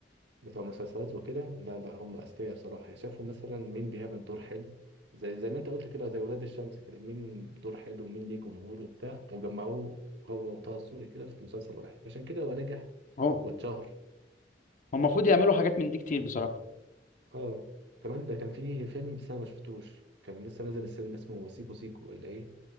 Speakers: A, on the right; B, on the left.
A: بتوع المسلسلات وكده لا لا هم اذكياء بصراحه يعني شافوا مثلا مين بيعمل دور حلو زي زي ما انت قلت كده زي ولاد الشمس كده مين دور حلو ومين ليه جمهور وبتاع وجمعوه هو وطه دسوقي كده في مسلسل واحد عشان كده هو نجح
B: هم
A: واتشهر
B: هم المفروض يعملوا حاجات من دي كتير بصراحة
A: اه كمان ده كان فيه فيلم بس انا ما شفتوش كان لسه نازل السينما اسمه سيكو سيكو ولا ايه